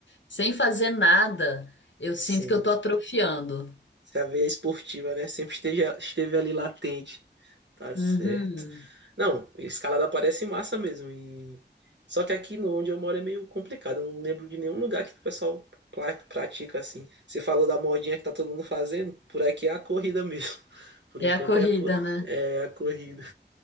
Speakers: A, on the left (about 80°); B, on the right (about 70°).
A: sem fazer nada, eu sinto
B: sim.
A: que eu tô atrofiando.
B: Se a veia esportiva, né, sempre esteja, esteve ali latente. Tá certo.
A: Uhum.
B: Não, escalada parece massa mesmo. E... Só que aqui no onde eu moro é meio complicado. Eu não lembro de nenhum lugar que o pessoal pla- pratica assim. Você falou da modinha que tá todo mundo fazendo? Por aqui é a corrida mesmo. <laughs> Por
A: É
B: enquanto
A: a corrida,
B: é a, cor...
A: né?
B: é a corrida.